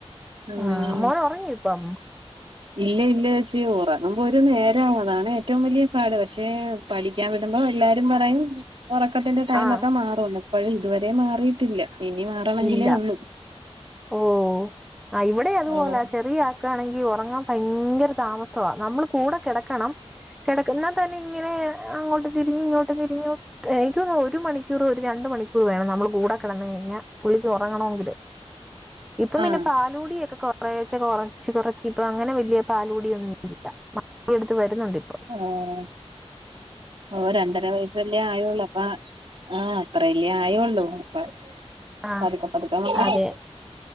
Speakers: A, on the right (about 55°); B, in the centre.
A: ഉം
B: ആഹ് മോന് ഉറങ്ങി ഇപ്പം.
A: ഇല്ല ഇല്ല ചേച്ച്യേ. ഉറങ്ങുമ്പം ഒരു നേരം. അതാണ് ഏറ്റവും വലിയ പാട് പക്ഷേ പഠിക്കാൻ വിടുമ്പൊ എല്ലാരും പറയും. ഒറക്കത്തിന്റെ ടൈമൊക്കെ
B: ആഹ്
A: മാറുംന്ന്. ഇപ്പഴും ഇതുവരെ മാറിയിട്ടില്ല ഇനി മാറണെങ്കിലേ
B: ഇല്ല
A: ഒള്ളൂ
B: ഓ ആ ഇവിടെ അതുപോലെ
A: ആഹ്
B: ചെറിയ ക്കാണെങ്കി ഒറങ്ങാൻ ഭയങ്കര താമസവ. നമ്മൾ കൂടെ കെടക്കണം. കെടക്കും. ഇന്നാ തന്നെ ഇങ്ങനെ അങ്ങോട്ട് തിരിഞ്ഞും ഇങ്ങോട്ട് തിറിഞ്ഞും. എനിക്ക് തോന്ന്ന്ന് ഒരു മണിക്കൂർ ഒരു രണ്ട് മണിക്കൂർ വേണം നമ്മള് കൂടെ കെടന്ന കഴിഞാൽ. പുള്ളിക്ക് ഒറങ്ങണോങ്കില്. ഇപ്പം പിന്നെ
A: ആഹ്
B: പാലൂടിയക്കെ കുറേച്ചെ കൊറച്ച് കൊറച്ച് ഇപ്പം അങ്ങനെ വല്യ പാലുടിയൊന്നും ഇല്ല. മ എടുത്ത് വരുന്നുണ്ട് ഇപ്പോ
A: ആഹാ ഓ രണ്ടര വയസ്സല്ലെ ആയൊള്ളു അ ആഹ് അത്രെല്ലേ ആയൊള്ളൂ അപ്പ
B: ആഹ്
A: പതുക്കെ പതുക്കെ മാറും
B: അതെ